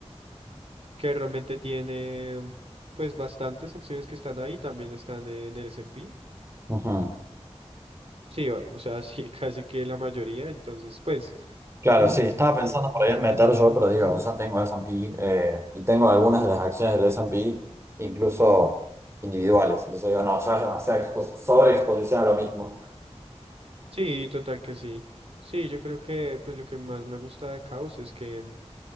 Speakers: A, on the right; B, on the right.
A: que realmente tiene pues bastantes acciones que están ahí, también están en el S&P.
B: Ujú.
A: Sí, o o sea, sí, <laughs> casi que la mayoría, entonces pues
B: Claro, sí, estaba
A: em,
B: pensando por ahí en meter yo, pero digo, ya tengo S&P eh, y tengo algunas de las acciones del S&P, incluso individuales. Entonces digo, no, ya es demasiada expo- sobreexposición a lo mismo.
A: sí, total que sí. Sí, yo creo que pues lo que más me gusta de Caos es que